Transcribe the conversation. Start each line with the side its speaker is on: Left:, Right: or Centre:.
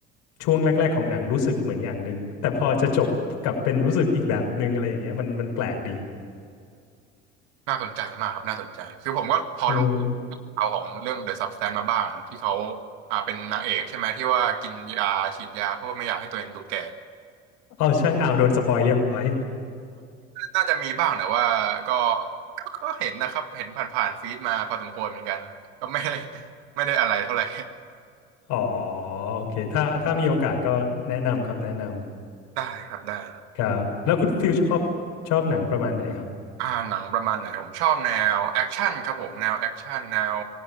Left: ช่วงแรกๆของหนังรู้สึกเหมือนอย่างหนึ่งแต่พอจะจบกลับเป็นรู้สึกอีกแบบหนึ่งอะไรอย่างเงี้ยมันมันแปลกดี
Right: น่าสนใจมากครับน่าสนใจคือผมก็พอรู้
Left: เออ
Right: เอาวของเรื่อง The Substance มาบ้างที่เขาอ่าเป็นนางเอกใช่ไหมที่ว่ากินยาฉีดยาเพื่อไม่อยากให้ตัวเองดูแก่
Left: เอาใช่เอาโดนสปอยเรียบร้อย
Right: น่าจะมีบ้างแต่ว่าก็ก็ก็เห็นนะครับเห็นผ่านๆฟีดมาพอสมควรเหมือนกันก็ไม่ได้ <laughs> ไม่ได้อะไรเท่าไหร่
Left: อ๋อโอเคถ้าถ้ามีโอกาสก็แนะนำครับแนะน
Right: ได้ครับได้
Left: ำครับแล้วคุณฟิลชอบชอบหนังประมาณไหนครับ
Right: อ่าหนังประมาณไหนผมชอบแนวแอคชั่นครับผมแนวแอคชั่นแนว